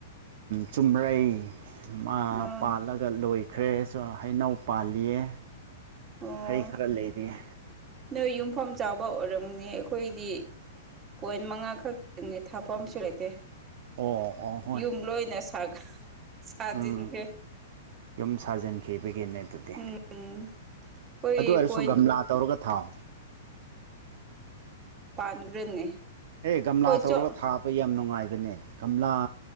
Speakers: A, on the right; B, on the right.
A: ꯆꯨꯝꯔꯩ ꯑꯃ
B: ꯑꯣ
A: ꯄꯥꯜꯂꯒ ꯂꯣꯏꯈ꯭ꯔꯦ ꯁꯨ ꯍꯩꯅꯧ ꯄꯥꯜꯂꯤꯌꯦ
B: ꯑꯣ
A: ꯍꯩ ꯈꯔ ꯂꯩꯔꯤꯌꯦ
B: ꯅꯣꯏ ꯌꯨꯝꯐꯝ ꯆꯥꯕ ꯑꯣꯏꯔꯝꯅꯤ ꯑꯩꯈꯣꯏꯗꯤ ꯄꯣꯏꯟ ꯃꯉꯥ ꯈꯛꯇꯅꯦ ꯊꯥꯐꯝꯁꯨ ꯂꯩꯇꯦ
A: ꯑꯣ ꯑꯣ ꯍꯣꯏ
B: ꯌꯨꯝ ꯂꯣꯏꯅ ꯁꯥꯒ ꯁꯥꯖꯤꯟꯈ꯭ꯔꯦ
A: ꯎꯝ ꯌꯨꯝ ꯁꯥꯖꯤꯟꯈꯤ ꯕꯒꯤꯅꯦ ꯑꯗꯨꯗꯤ
B: ꯎꯝ ꯍꯣꯏ
A: ꯑꯗꯨ ꯑꯣꯏꯔꯁꯨ
B: ꯄꯣꯏꯟ
A: ꯒꯝꯂꯥ ꯇꯧꯔꯒ ꯊꯥꯎ
B: ꯄꯥꯟꯈ꯭ꯔꯅꯤ
A: ꯑꯦ ꯒꯝꯂꯥ
B: ꯍꯣꯏ
A: ꯇꯧꯔꯒ
B: ꯆꯣ
A: ꯊꯥꯕ ꯌꯥꯝ ꯅꯨꯡꯉꯥꯏꯕꯅꯦ ꯒꯝꯂꯥ